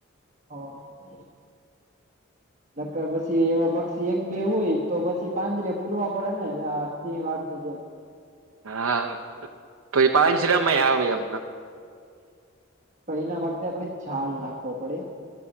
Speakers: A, on the right; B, on the right.
A: હ નકર પછી એવા પક્ષી એક બે હોય તો પછી પાંજરે પૂરવા પડે ને આ સિંહ વાઘ <unintelligible>
B: હા <unintelligible> પાંજરામાં આવે એમન
A: પણ એના માટે આપણે ઝડ નાખવો પડે